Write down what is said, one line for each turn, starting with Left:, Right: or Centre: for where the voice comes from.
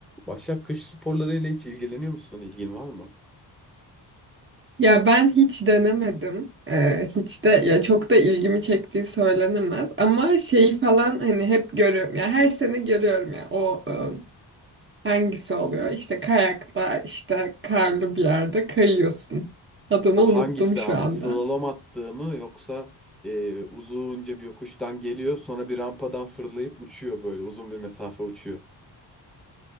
Centre: Başak kış sporlarıyla hiç ilgileniyor musun? İlgin var mı?
Right: Ya ben hiç denemedim. Ee, hiç de ya çok da ilgimi çektiği söylenemez. Ama şeyi falan hani hep görüyorum. Ya her sene görüyorum ya o ım, hangisi oluyor? İşte kayakla işte karlı bir yerde kayıyorsun. Adını
Centre: Bu
Right: unuttum
Centre: hangisi
Right: şu
Centre: ama?
Right: anda.
Centre: Slalom attığı mı yoksa e, uzunca bir yokuştan geliyor sonra bir rampadan fırlayıp uçuyor böyle uzun bir mesafe uçuyor.